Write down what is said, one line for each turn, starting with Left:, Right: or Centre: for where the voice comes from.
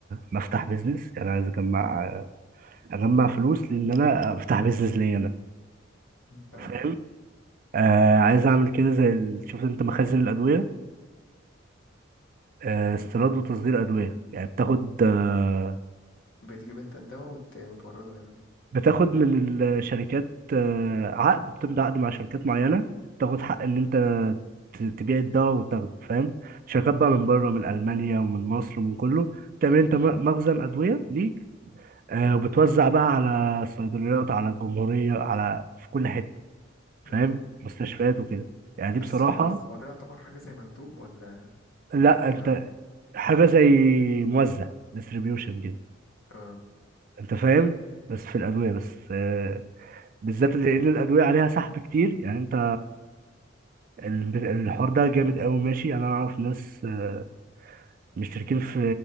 Right: ما افتح بيزنس يعني عايز اجمع اجمع فلوس لان انا افتح بيزنس ليا انا
Left: مم. تمام
Right: فاهم آه عايز اعمل كده زي ال- شفت انت مخازن الادويه آه استيراد وتصدير ادويه يعني بتاخد آه
Left: بتجيب انت الدواء وت... وتورده هنا
Right: بتاخد من الشركات آه عقد بتمضي عقد مع شركات معينه بتاخد
Left: امم
Right: حق ان انت ت- تبيع الدواء وتاخده فاهم شركات بقى من بره من المانيا ومن مصر ومن كله تعمل انت م- مخزن ادويه ليك آه، وبتوزع بقى على الصيدليات على الجمهورية على في كل حتة فاهم
Left: اه
Right: مستشفيات وكده يعني
Left: بس
Right: دي بصراحة
Left: هو هو ده يعتبر حاجة زي مندوب ولا حاجة
Right: لا
Left: اللي هي
Right: انت
Left: يعني.
Right: حاجة زي موزع ديستريبيوشن كده
Left: اه
Right: انت فاهم بس في الأدوية بس آه، بالذات لأن الأدوية عليها سحب كتير يعني انت ال- الحوار ده جامد قوي ماشي يعني انا اعرف ناس آه، مشتركين في